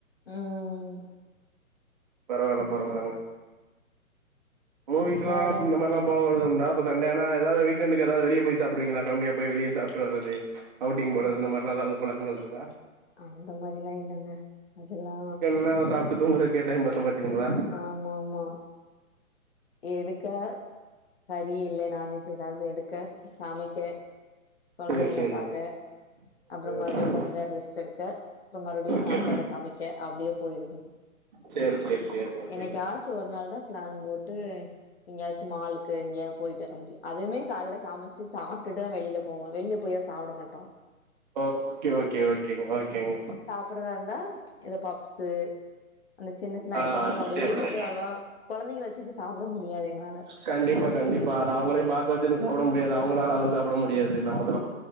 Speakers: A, on the left; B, on the right.
A: ம்
B: பரவாயில்ல
A: ம்
B: பரவாயில்லங்க ஓ வீசலா
A: வேற
B: இந்த மாதிரல்லாம் போவதுண்டா அப்ப சண்டேனா எதாவது வீக்கண்டுக்கு ஏதாவ வெளிய போய் சாப்பிடீரீங்களா ஃபமிலியா போய் வெளிய சாப்பிட்டுவறது அவுட்டிங்
A: ஆ
B: போறது அந்தமாரிலா ஏதாவது பழக்கங்கள் இருக்கா
A: அந்த மாரிலா இல்லங்க அதெல்லா
B: <unintelligible> சாப்பிட்டு தூங்கறக்கே டைம் பத்த மாட்டிதுங்களா
A: ஆமா மா எடுக்க கறி இல்ல நான்வெஜ் ஏதாவது எடு க்க சமைக்க குழந்தைங்கள
B: சேரி சேரிங்க
A: பாக்க
B: ஓகே
A: அப்பற மறுபடியு
B: ஓகே
A: கொஞ்ச நேரம் ரெஸ்ட் எடுக்க அப்பறம் மறுபடியும்
B: ஓகே
A: சாப்பாடு சமைக்க அப்டியே போயிடுதுங்
B: சேரி சேரி சேரிங்க
A: என்னைக்காச்சு
B: சேரிங்க
A: ஒரு நாள் தான் பிளான் போட்டு எங்கேயாச்சு மாலுக்கு இங்கய போயிட்டு வர முடியு அதுவுமே காலையில சமைச்சு சாப்பிட்டுதா வெளியில போவோ வெளியில போய் தா சாப்பிட மாட்டோ
B: ஓ ஓகே ஓகே ஓகேங்க ஓகேங்க
A: படதா இருந்தா இந்த பாப்ஸு அந்த சின்ன சின்ன
B: ஆ
A: ஐட்டம் தா அப்டி
B: சேரி
A: வெயில
B: சேரி
A: போய் அலவா கொழந்தைங்கள வச்சிட்டு சாப்ட முடியாது எங்களால
B: கண்டிப்பா கண்டிப்பா அது அவுங்களையு பாக்க வச்சினு சாப்ட முடியாது அவுங்களால அது சாப்ட முடியாது நம்மதுல